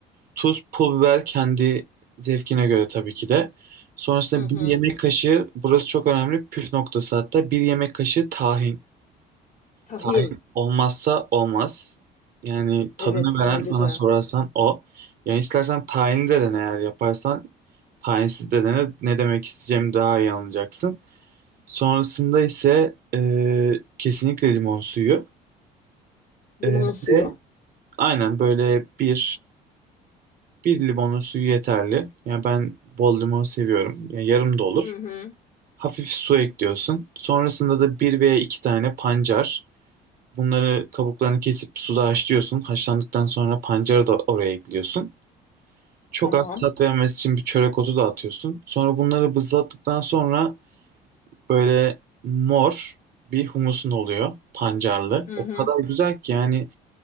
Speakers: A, on the right (about 55°); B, on the left (about 45°).
A: Tuz, pul biber kendi zevkine göre tabii ki de. Sonrasında
B: Hı hı.
A: bir yemek kaşığı, burası çok önemli püf noktası hatta. Bir yemek kaşığı tahin.
B: Tahin.
A: Tahin olmazsa olmaz. Yani tadını
B: Evet
A: veren
B: bence
A: bana
B: de.
A: sorarsan o. Yani istersen tahinli de dene eğer yaparsan. Tahinsiz de dene. Ne demek isteyeceğimi daha iyi anlayacaksın. Sonrasında ise e, kesinlikle limon suyu.
B: Limon
A: E,
B: suyu.
A: ve Aynen böyle bir bir limonun suyu yeterli. Yani ben bol limon seviyorum. Yani yarım da olur.
B: Hı hı.
A: Hafif su ekliyorsun. Sonrasında da bir veya iki tane pancar. Bunları kabuklarını kesip suda haşlıyorsun. Haşlandıktan sonra pancarı da oraya ekliyorsun. Çok
B: Tamam.
A: az tat vermesi için bir çörek otu da atıyorsun. Sonra bunları bızlattıktan sonra böyle mor bir humusun oluyor pancarlı.
B: Hı
A: O
B: hı.
A: kadar güzel ki yani